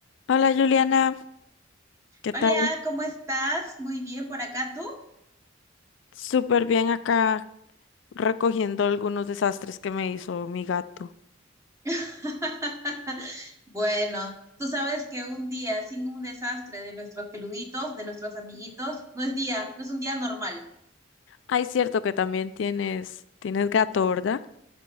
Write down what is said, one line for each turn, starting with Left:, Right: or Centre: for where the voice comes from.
Left: Hola Juliana, ¿qué
Right: Hola,
Left: tal?
Right: ¿cómo estás? Muy bien por acá, ¿tú?
Left: Súper bien acá recogiendo algunos desastres que me hizo mi gato.
Right: <laughs> Bueno, tú sabes que un día sin un desastre de nuestros peluditos, de nuestros amiguitos, no es día, no es un día normal.
Left: Ay, cierto que también tienes, tienes gato, ¿verdad?